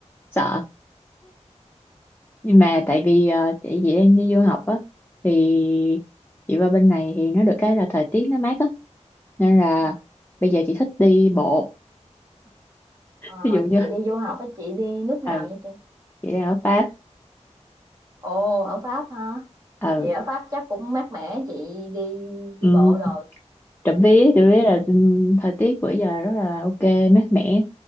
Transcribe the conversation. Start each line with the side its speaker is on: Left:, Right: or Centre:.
Left: sợ <laughs> nhưng mà tại vì ờ, chị chị đang đi du học á thì chị qua bên này thì nó được cái là thời tiết nó mát á nên là
Right: Dạ.
Left: bây giờ chị thích đi bộ
Right: Ờ,
Left: ví dụ như
Right: chị đi du học á chị đi nước nào
Left: ừ
Right: vậy chị?
Left: chị đang ở Pháp
Right: Ồ ở Pháp hả?
Left: ừ
Right: Vậy ở Pháp chắc cũng mát mẻ chị đi
Left: um,
Right: đi bộ rồi.
Left: trộm vía trộm vía là ừm, thời tiết bữa giờ rất là ok mát mẻ